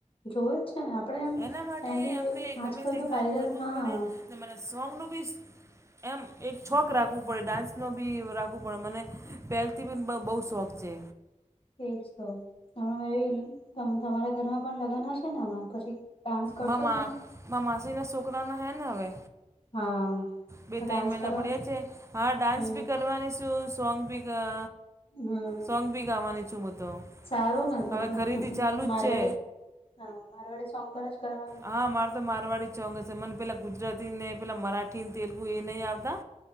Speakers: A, on the left; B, on the right.
A: જોવે જ છેને, આપડે
B: એના માટે
A: એમ બી
B: આપણે
A: આજકાલ
B: ગમે તે
A: તો
B: કામ
A: વાયરલ
B: કરવું
A: હા
B: જ પડે મને સોંગનું બી એમ એક છોક રાખવું પડે ડાન્સ નો બી રાખવું પડે મને પહેલથી બી બહુ શોખ છે.
A: એજ તો હમણાં એવી તમારા ઘરમા પણ લગ્ન હશે ને હમણાં પછી ડાન્સ કરશો
B: મા મા
A: તમે
B: મા માસી ના છોકરા ના હૈ ને હવે
A: હા
B: બે
A: ડાન્સ
B: ત્રણ મહિના
A: કરવા
B: પડ્યા છે, હા ડાન્સ
A: હમ
B: બી કરવાની શું સોંગ ભી ગા
A: હમ
B: સોંગ બી ગાવાની છુ, હુ તો
A: સારું ને તો
B: હવે ખરીદી ચાલુ
A: તો
B: જ
A: મારવાડી
B: છે.
A: હા મારવાડી સોંગ પર જ કરવાના
B: હા મા તો મારવાડી ચોંગશે મને પેલા ગુજરાતી ને પેલા મરાઠી ને તેલુગુ એ નહી, આવતા